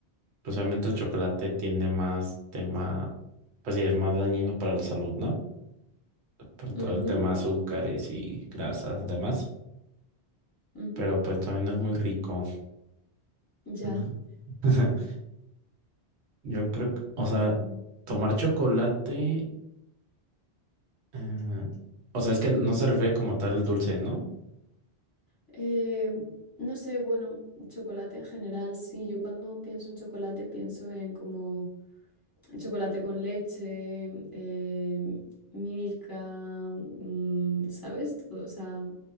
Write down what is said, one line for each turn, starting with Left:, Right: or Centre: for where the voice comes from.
Right: Pues obviamente el chocolate tiene más tema, pues sí, es más dañino para la salud, ¿no? Por todo
Left: Ujú,
Right: el tema de azúcares y grasas, demás.
Left: ujú,
Right: Pero pues también es muy rico.
Left: ya.
Right: Mm.
Left: <laughs>
Right: <laughs> Yo creo que, o
Left: Mm.
Right: sea, tomar chocolate, eh, o sea, es que no se refiere como tal el dulce, ¿no?
Left: Eh, no sé, bueno, chocolate en general, sí, yo cuando pienso en chocolate pienso en como chocolate con leche, eh, Milka, mm, ¿sabes? Todo, o sea,